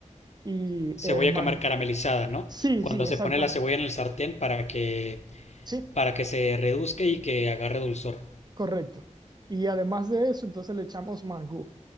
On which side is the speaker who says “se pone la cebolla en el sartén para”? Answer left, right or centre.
Left